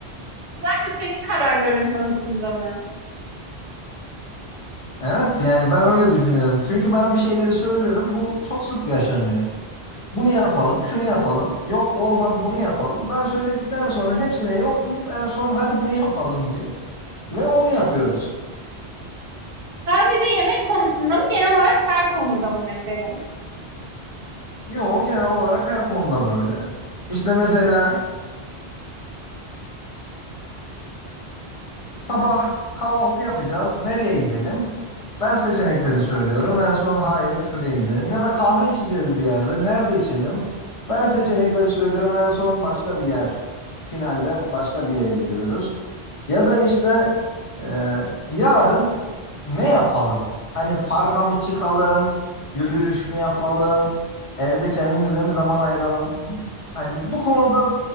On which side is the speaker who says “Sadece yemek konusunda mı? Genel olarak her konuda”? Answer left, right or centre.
Right